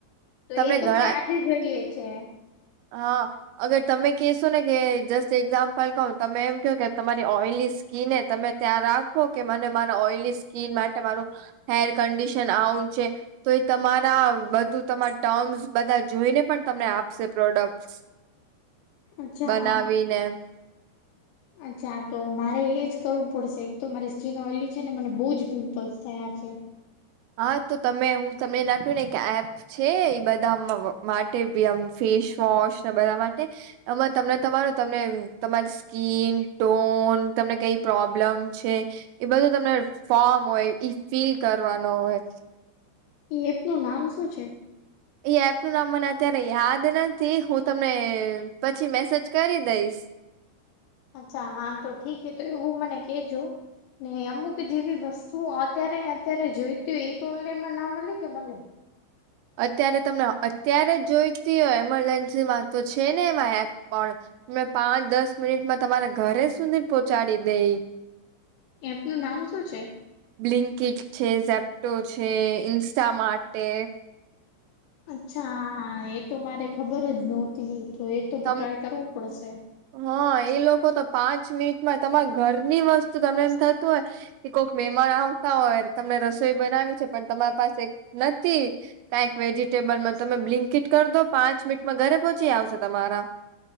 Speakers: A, on the left; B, on the right.
A: તો
B: તમને
A: એ તો
B: ઘણા
A: મને આજે જોઈએ છે.
B: હા. અગર તમે કશો ને કે જસ્ટ એક્ઝામ્પલ કહ તમે એમ ક કે તમારી ઓઇલી સ્કીિન તમે ત્યાં રાખો કે મને મારા ઓઈલી સ્કીિન માટે મારું હેર કન્ડિશન આવું છે. તો એ તમારા બધું તમારા ટર્મસ બધા જોઈને પણ તમને આપશે. પ્રોડક્ટ
A: અચ્છા.
B: બનાવીને.
A: અચ્છા તો મારે એજ કરવું પડશે એક તો મારી સ્કીિન ઓયલી છે ને મને બહુ જ પિમ્પલ્સ થયા છે.
B: હા તો તમે હું તમને નાટ્યું ને એપ. છે એ બધા માટે આમ ફેસવોશ ને બધા માટે. આમાં તમને તમારું તમને તમારી. સ્કીન ટોન તમને કઈ પ્રોબ્લેમ છે. એ બધું તમને ફોર્મ હોય ઈ ફિલ કરવાનો હોય.
A: એપ નું નામ શું છે.
B: એ એપ ન નામ મને અત્યારે યાદ નથી હું તમને પછી મેસેજ કરી દઈશ.
A: અચ્છા હા તો ઠીક હ તો એવું મને કેજો. ને અમુક જેવી વસ્તુ અત્યારે ને અત્યારે જોઈતી હોય એ તો ઓનલાઈનમાં ના મળે કે મળે.
B: અત્યારે તમને અત્યારે જોઈતી હોય મરજન્સીમાં તો છે ને એમાં એપ પણ. મે પાંચ દસ મિનિટમાં તમારા ઘરે સુધી પહોંચાડી દઈ.
A: એપ નું નામ શું છે.
B: બ્લિંકટ છે ઝેપ્ટો છે ઇન્સ્ટા માટે.
A: અચ્છા એ તો મારે ખબર જ નહોતી તો એ તો
B: તમ
A: ટ્રાય કરવો પડશે.
B: હા એ લોકો તો પાંચ મિનિટમાં તમારા ઘરની વસ્તુ તમને એમ થતું હોય. એકક મમાન આવતા હોય તમને રસોઈ બનાવી છે પણ તમારી પાસે નથી. કાંઈક વેજિટેબલમાં તમે બ્લિંકીટ કર દો પાંચ મિનટમાં ઘરે પહોંચી આવશે. તમારા.